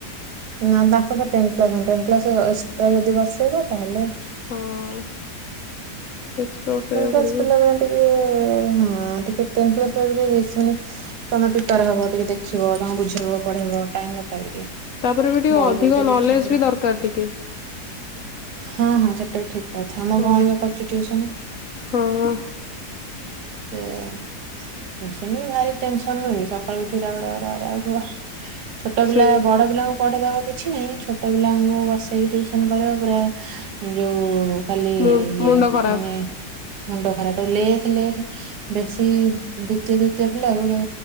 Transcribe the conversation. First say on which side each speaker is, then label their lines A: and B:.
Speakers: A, on the right; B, on the left.
A: ନା ତାଙ୍କତ ଟେନକ୍ଲାସ ଟେନକ୍ଲାସ ଏକ୍ସଟ୍ରା ଯଦି ବସେଇବ ତାହେଲେ
B: ହଁ। <inaudible> ବସେଇବାକୁ
A: ଟେନକ୍ଲାସ
B: ପଡିବ।
A: ପଢ଼ିଲବାଲା ଟିକେ ହଁ ଟିକେ ଟେନକ୍ଲାସ ପୂରାପୂରି <unintelligible> ତମେ ପ୍ରିପାର ହବ ଟିକେ ଦେଖିବ ତମକୁ ବୁଝେଇବ ପଢେଇବ ଟାଇମ ଦରକାର ବି ଟିକେ।
B: ତାପରେବି ଟିକେ
A: ବହି
B: ଅଧିକ
A: ବହି ତ
B: ନଲେଜବି
A: ବିଛିନ୍ନ।
B: ଦରକାର ଟିକେ
A: ହଁ ହଁ ସେଟାବି ଠିକ କଥା ମୋ
B: ହଁ
A: ଭଉଣୀ ବା କରୁଛି ଟିଉସନ
B: ହଁ
A: ସେ <unintelligible> ସେ ଶୁଣିବି ଭାରି ଟେନସ <unintelligible> ସକାଲୁ ଉଠି ରାଉ ରାଉ ରାଉ ରାଉ। ୱା ଛୋଟପିଲା
B: ସେଇ
A: ବଡପିଲାଙ୍କୁ ପଢେଇଦବ କିଛିନାହିଁ ଛୋଟ ପିଲାଙ୍କୁ ବସେଇକି ଟ୍ୟଉସନ କରିବାକୁ ପୁରା ଯୋଉ କାଲି
B: ମୁ
A: ଇଏ
B: ମୁଣ୍ଡ ଖରାପ।
A: ମାନେ ମୁଣ୍ଡ ଖରାତ ଲେଖ ଲେଖ ବେଶୀ ଦ୍ୱତୀୟ ତୃ ତୀୟ ପିଲାଙ୍କୁ